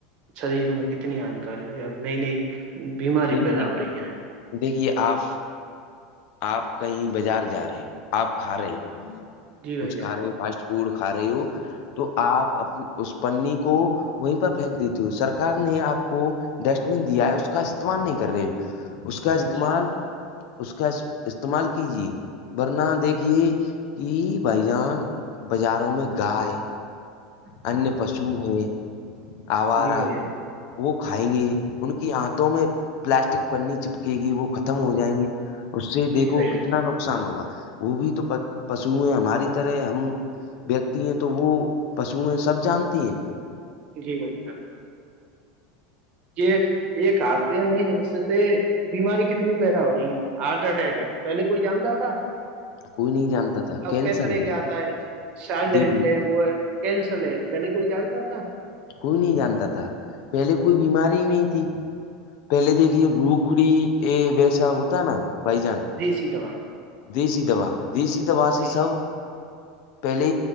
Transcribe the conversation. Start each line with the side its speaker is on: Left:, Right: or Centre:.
Right: شریر میں کتنی ہانکار ہے ا نئی نئی بیماری
Left: دیکھیے
Right: پیدا ہو رہی ہیں
Left: دیکھیے آپ <unintelligible> آپ کہیں بازار جا رہے ہو آپ کھا رہے ہو
Right: جی بھائی
Left: کچھ کھا رہے ہو فاسٹ فوڈ کھا رہی ہو تو آپ اس پنی کو وہیں پر پھینک دیتی ہوں سرک نے آپ کو ڈسٹ بین دیا ہے اس کا استعمال نہیں کر رہی اس
Right: جان
Left: کا استعمال
Right: جی
Left: اس کا استعمال کیجے ورنہ دیکھیے کہ بھائی جان بازاروں میں گائے
Right: <inaudible>
Left: انیہ پشو ہیں آوارہ
Right: جی بھیا
Left: وہ کھائیں گے ان کی آنھوں میں پلاسٹک پنی چپکے گی وہ ختم ہو جائیں گے اس سے
Right: جی
Left: دیکھو
Right: بھیا
Left: کتنا نقصان ہوگا وہ بھی تو پشو ہیں ہماری طرح ہم ویکتی ہیں تو وہ پشو ہیں سب جانتی ہیں
Right: جی بھائی جنا <unintelligible> یہ یہ کھتے نہیں اس سے بیماری کتنی پیدا ہو رہی ہیں ہارٹ اٹیک ہے پہلے کوئی جانتا تھا
Left: کوئی نہیں جانتا تھا
Right: اب
Left: کینسر
Right: ک طرح کا آتا ہے س لینڈ
Left: دیکھیے
Right: ہے وہ ہے کینسل ہے پہل کوئی چالتا تھا
Left: کوئی نہیں جانتا تھا پہلے کوئی بیماری ہی نہیں تھی پہلے
Right: جی
Left: دیکھیے روکھڑی ا ویسا ہوتا نا بھائی جان
Right: دیسی دو دوا <unintelligible>
Left: دیسی دوا دیسی دوا سے
Right: جی
Left: سب پہلے